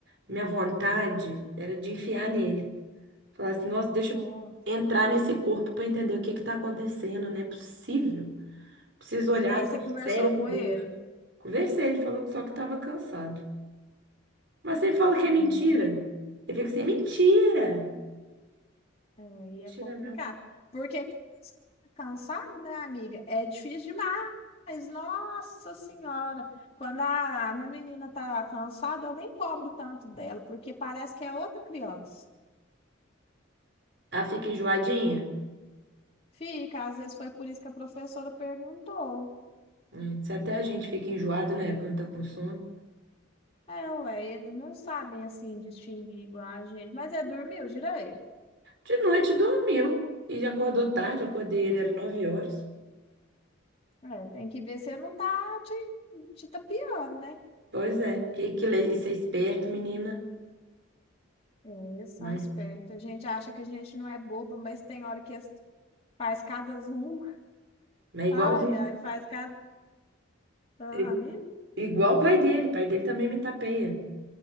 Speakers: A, on the right; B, on the left.
A: Minha vontade era de enfiar nele. Falar assim, nossa, deixa
B: Nossa.
A: eu entrar nesse corpo para entender o que que tá acontecendo, não é possível. Preciso
B: Mas
A: olhar
B: daí você
A: no
B: conversou
A: cérebro
B: com ele.
A: dele. Conversei, ele falou que só que estava cansado. Mas você fala que
B: É,
A: é mentira.
B: mas me-
A: Eu fico assim, é mentira.
B: É, ia
A: Mentira,
B: complicar.
A: não.
B: Porque cansado, né, amiga? É difícil demais. Nossa Senhora! Quando a minha menina tá cansada, eu nem cobro tanto dela, porque parece que é outra criança.
A: Ah, fica enjoadinha?
B: Fica, às vezes foi por isso que a professora perguntou.
A: Hum, se até a gente fica enjoado, né, quando tá com sono.
B: É, ué, eles não sabem assim distinguir igual a gente. Mas é, dormiu direito?
A: De noite dormiu e já acordou tarde, eu acordei ele, era 9 horas.
B: É, tem que ver se não tá te, te tapeando, né?
A: Pois é, que, que le- isso é esperto, menina.
B: É, eles são
A: Mas,
B: espertos. A gente acha que a gente não é boba, mas tem hora que as- Faz cada zoom.
A: mas é igualzinho.
B: Ai, ai, faz cada. Ah,
A: É
B: amigo?
A: Igual o pai dele, o pai dele também me tapeia.